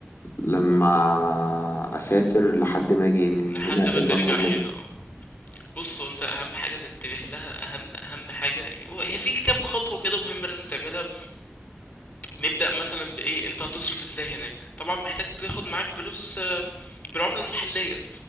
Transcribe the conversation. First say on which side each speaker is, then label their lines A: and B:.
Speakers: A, on the left; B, on the left.
A: لما اسافر لحد ما اجي من
B: لحد
A: هنا
B: ما
A: إيه
B: ترجع
A: المطلوب
B: هنا
A: مني
B: اه بص هو انت اهم حاجه تنتبه لها اهم اهم حاجه يعني هو- هي في كام خطوه كده مهمه لازم تعملها نبدا مثلا بايه انت هتصرف ازاي هناك طبعا محتاج تاخد معاك فلوس آه، بالعمله المحليه